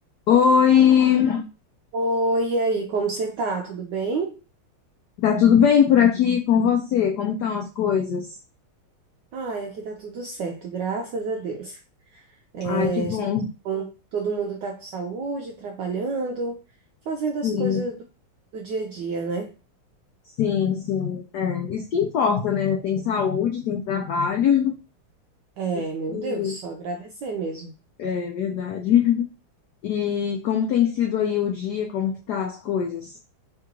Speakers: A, on the left; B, on the right.
A: Oi,
B: Oi, e aí, como você tá? Tudo bem?
A: tá tudo bem por aqui com você? Como estão as coisas?
B: Ai, aqui tá tudo certo, graças a Deus. É,
A: Ai, que bom,
B: está com- todo mundo tá com saúde, trabalhando, fazendo as
A: sim,
B: coisas do, do dia a dia, né?
A: sim, sim. É, isso que importa, né? Tem saúde, tem trabalho, <laughs>
B: É,
A: isso
B: meu
A: que
B: Deus, só agradecer mesmo.
A: é verdade. E como tem sido aí o dia, como que tá as coisas?